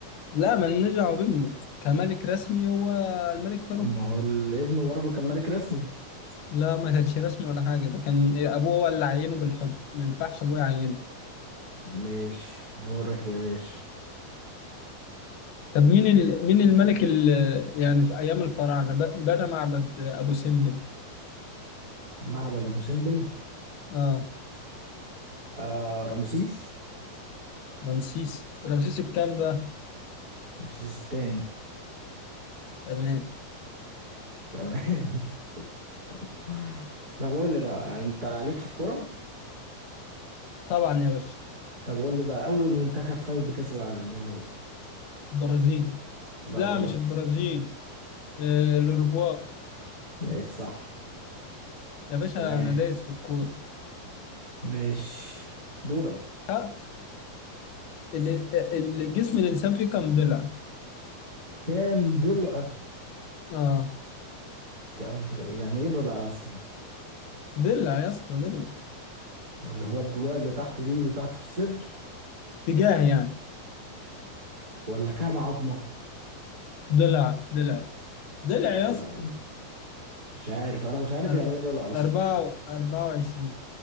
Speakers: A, on the left (about 85°); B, on the right (about 25°).
A: لا ما نرجع بابنه كملك رسمي هو الملك فاروق
B: أما هو الابن برضه كان ملك رسمي
A: لا ما كانش رسمي ولا حاجه ده كان ابوه هو اللي عينه بالحب ما ينفعش ابوه يعينه
B: ماشي دورك يا باشا
A: طب مين ال... مين الملك اللي يعني في ايام الفراعنه ب- بنى معبد ابو سمبل
B: معبد أبو سمبل
A: اه
B: آه رمسيس
A: رمسيس رمسيس الكام بقى
B: رمسيس التاني
A: تمام
B: تمام <laughs> طب قول لي بقى أنت عليك في الكرة
A: طبعا يا باشا
B: طب قول لي بقى أول منتخب فاز بكأس العالم إيه هو؟
A: البرازيل
B: لا
A: لا
B: غلط
A: مش البرازيل آه، الاوروغواي
B: ماشي صح
A: يا باشا
B: تمام
A: انا دايس في الكوره
B: ماشي دورك
A: ها ال- ال- الجسم الانسان فيه كم ضلع
B: كام ضلع
A: اه
B: كام ضلع يعني ايه ضلع اصلا
A: ضلع يا اسطى ضلع
B: اللي هو الضلوع اللي تحت دي اللي تحت في الصدر
A: اتجاه يعني
B: ولا كام عظمة
A: ضلع ضلع ضلع يا
B: لا
A: اسطى
B: مش عارف انا مش عارف
A: أر-
B: يعني ايه ضلع اصلا
A: أربعة أربعة وعشرين